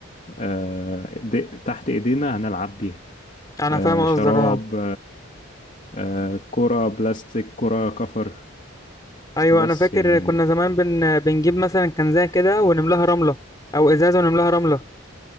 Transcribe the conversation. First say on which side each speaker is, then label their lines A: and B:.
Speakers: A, on the left (about 35°); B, on the left (about 15°).
A: آه، دي- تحت إيدينا هنلعب بيها
B: انا
A: آه،
B: فاهم
A: شراب
B: قصدك اه
A: آه، كرة بلاستيك كرة كفر
B: ايوه
A: بس
B: انا فاكر
A: يعني
B: كنا زمان بن... بنجيب مثلا كنزه كده ونملاها رمله او ازازه ونملاها رمله